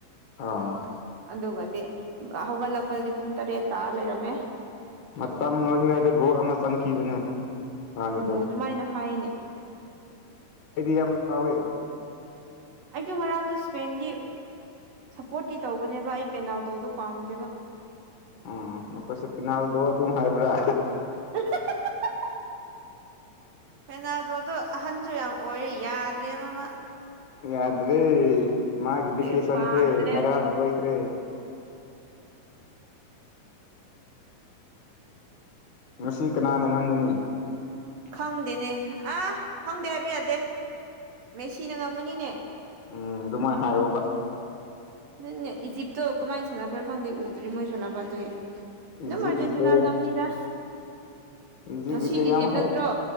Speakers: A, on the left (about 55°); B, on the right (about 60°).
A: ꯑ
B: ꯑꯗꯨꯒꯗꯤ ꯍꯧꯒꯠꯂꯛꯄꯗꯗꯤ ꯄꯨꯡ ꯇꯔꯦꯠ ꯇꯥ ꯂꯩꯔꯝꯃꯦ
A: ꯃꯇꯝ ꯂꯣꯏꯔꯤꯉꯩꯗ ꯒꯣꯜ ꯑꯃ ꯆꯟꯈꯤꯕꯅꯦ ꯉꯔꯥꯡꯒꯤꯗꯣ
B: ꯑꯣ ꯑꯗꯨꯃꯥꯏꯅ ꯍꯥꯏꯅꯦ
A: ꯑꯩꯗꯤ ꯌꯥꯝ ꯁꯥꯎꯋꯦ
B: ꯑꯩꯗꯣ ꯉꯔꯥꯡꯗꯣ ꯏꯁꯄꯦꯟꯗꯤ ꯁꯞꯄꯣꯔꯠꯇꯤ ꯇꯧꯕꯅꯦꯕ ꯑꯩ ꯄꯦꯅꯥꯜꯗꯣ ꯗꯨ ꯄꯥꯝꯗꯦꯕ
A: ꯎꯝ ꯅꯈꯣꯏꯁꯨ ꯄꯤꯅꯥꯜꯗꯣ ꯑꯗꯨꯝ ꯍꯥꯏꯕ꯭ꯔꯥ
B: <unintelligible> ꯄꯦꯅꯥꯜꯗꯣꯗꯣ ꯑꯍꯟꯁꯨ ꯌꯥꯝ ꯑꯣꯏꯔꯦ ꯌꯥꯗ꯭ꯔꯦꯕ ꯃ
A: ꯌꯥꯗ꯭ꯔꯔꯤ ꯃꯥꯒꯤ
B: ꯑꯗꯨꯏ
A: ꯕꯤꯛꯀꯦꯁꯟꯇꯦ
B: ꯄꯥꯝꯗ꯭ꯔꯦ
A: ꯉꯔꯥꯡꯅ ꯂꯣꯏꯈ꯭ꯔꯦ
B: <unintelligible> <unintelligible>
A: ꯉꯁꯤ ꯀꯅꯥꯅ ꯉꯝꯒꯅꯤ
B: ꯈꯪꯗꯦꯅꯦ ꯑꯥ ꯈꯪꯗꯦ ꯍꯥꯏꯕ ꯌꯥꯗꯦ ꯃꯦꯁꯤꯅ ꯉꯝꯒꯅꯤꯅꯦ
A: ꯎꯝ ꯑꯗꯨꯃꯥꯏꯅ ꯍꯥꯏꯔꯨꯕ
B: ꯅꯅꯦ ꯏꯖꯤꯞꯇꯣ ꯀꯃꯥꯏꯅ ꯁꯥꯟꯅꯕ꯭ꯔꯥ ꯈꯪꯗꯦ ꯎꯗ꯭ꯔꯤ ꯃꯣꯏ ꯁꯥꯟꯅꯕ ꯑꯗꯨꯒꯤ
A: ꯏꯖꯤꯞꯀꯤꯁꯦ
B: ꯅ ꯃꯔꯖꯦꯟꯇꯤꯤꯟꯪ ꯉꯝꯅꯤꯗ
A: ꯏꯖꯤꯞꯀꯤꯁꯦ
B: ꯉꯁꯤ
A: ꯌꯥꯝ
B: ꯏꯖꯤꯞ
A: ꯍꯩ
B: ꯅꯠꯇ꯭ꯔꯣ